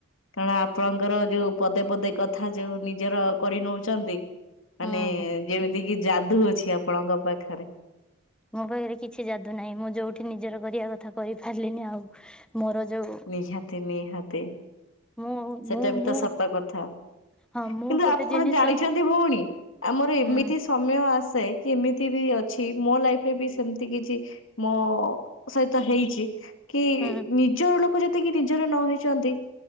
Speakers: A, on the left (about 75°); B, in the centre.
A: କାରଣ ଆପଣଙ୍କ ଙ୍କର ଯୋଉ ପଦ ପଦେ କଥା ଯେଉଁ ନିଜର କରିନଉଛନ୍ତି ମାନେ
B: ହୁଁ।
A: ଦିଗି ଯାଦୁ ଅଛି ଆପଣଙ୍କ ପାଖରେ
B: ମୋ ପାଖରେ କିଛି ଯାଦୁ ନାହିଁ ମୁଁ ଯୋଉଠି ନିଜର କରିବା କଥା କରି ପାରିଲିନି ଆଉ। ମୋର ଯୋଉ
A: ନିହାତି ନିହାତି
B: ମୁଁ
A: ସେଇଟା
B: ମୁଁ
A: ବି
B: ମୁଁ
A: ତ ସତ କଥା।
B: ହଁ ମୁଁ
A: କିନ୍ତୁ
B: ଗୋଟେ
A: ଆପଣ
B: ଜିନିଷ
A: ଜାଣିଛନ୍ତି ଭଉଣୀ ଆମର ଏମିତି
B: ହୁଁ
A: ସମୟ ଆସ ଆସେ କିମିତିବି ଅଛି ମୋ ଲାଇଫରେ ବି ସେମିତି କିଛି ମୋ ସହିତ ହେଇଛି। କି
B: ହୁଁ
A: ନିଜର ଲୋକ ଯେତିକି ନିଜର ନ ହେଇଛନ୍ତି।